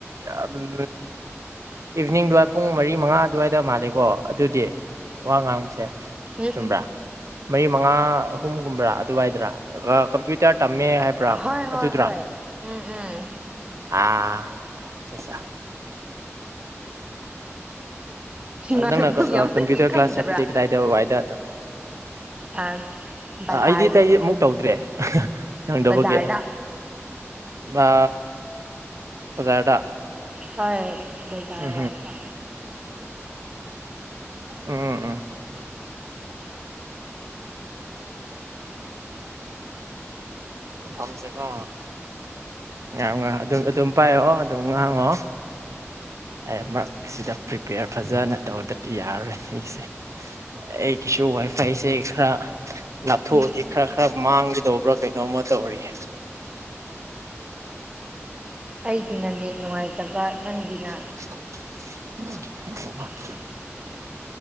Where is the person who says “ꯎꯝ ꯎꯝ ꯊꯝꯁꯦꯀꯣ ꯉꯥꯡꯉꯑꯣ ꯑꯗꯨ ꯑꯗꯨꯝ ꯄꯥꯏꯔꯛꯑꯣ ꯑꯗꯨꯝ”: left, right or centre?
Right